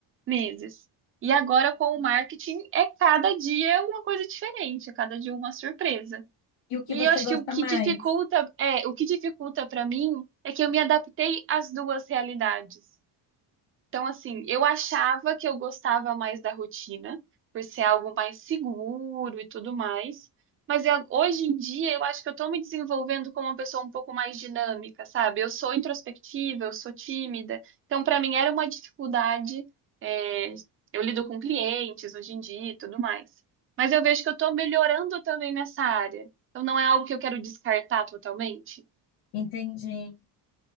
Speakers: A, on the right (about 30°); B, on the left (about 85°).
A: meses. E agora, com o marketing, é cada dia uma coisa diferente, é cada dia uma surpresa.
B: e o que
A: E
B: você
A: eu acho
B: gosta
A: que o que
B: mais,
A: dificulta, é, o que dificulta para mim é que eu me adaptei às duas realidades. Então, assim, eu achava que eu gostava mais da rotina, por ser algo mais seguro e tudo mais. Mas eu- hoje em dia eu acho que eu tô me desenvolvendo como uma pessoa um pouco mais dinâmica, sabe? Eu sou introspectiva, eu sou tímida. Então, para mim era uma dificuldade. é, eu lido com clientes hoje em dia e tudo mais. Mas eu vejo que eu tô melhorando também nessa área. Então, não é algo que eu quero descartar totalmente.
B: entende?